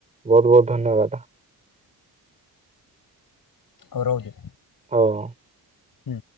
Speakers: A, on the right (about 20°); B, on the left (about 60°).
A: ବହୁତ ବହୁତ ଧନ୍ୟବାଦ।
B: ହଉ ରହୁଛି।
A: ହଉ।
B: ହୁଁ।